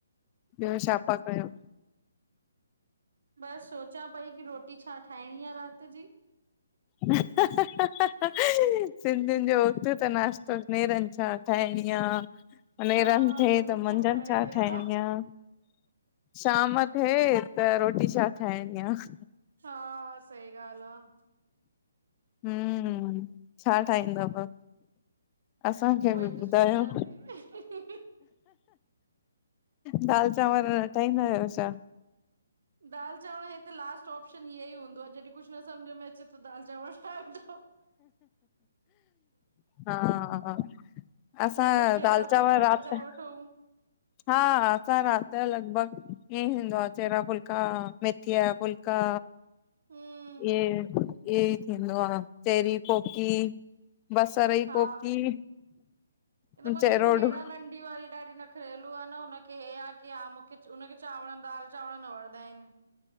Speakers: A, on the left; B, on the right.
A: ॿियो छा पा कयो?
B: बसि सोचां पई कि रोटी छा ठाहिणी आहे? राति जी।
A: ह ह <unintelligible> सिंधियुनि जो उथु त नाश्तो, नेरनि छा ठाहिणी आह? नेरनि
B: हा
A: थिए
B: रोटी
A: त मंझंदि छा
B: आ,
A: ठाहिणी आह? शाम थिए त रोटी छा ठाहिणी आह?
B: हा सही ॻाल्हि आह।
A: हम् छा ठाहींदव? असांखे
B: उहोई
A: बि
B: त
A: ॿुधायो।
B: <unintelligible>
A: दाल चांवर न ठाहींदा आहियो छा?
B: दाल चांवर हे त लास्ट ऑप्शन हीअं ई हूंदो आहे जॾहिं कुझु न सम्झ में अचे त दाल चांवल ठहंदो
A: हा असां
B: न त चहिरा
A: दाल चांवर
B: फुल्का
A: राति
B: पचाए वठो
A: हा हा असां राति जो लॻभॻ ईअं ई हूंदो आहे चहिरा फुल्का, मेथीअ जा फुल्का।
B: हम्म
A: ईहोई ईयोई थींदो आह, चहिरी कोकी। बसर जी
B: हा
A: कोकी
B: हे त मुंहिंजी
A: चहिरो
B: भेण
A: डो
B: नंढी वारी ॾाढी नखरेलू आहे न हुनखे हे आह की हा मूंखे हुनखे उनखे चांवरनि दाल चांवर न वणंदाइन,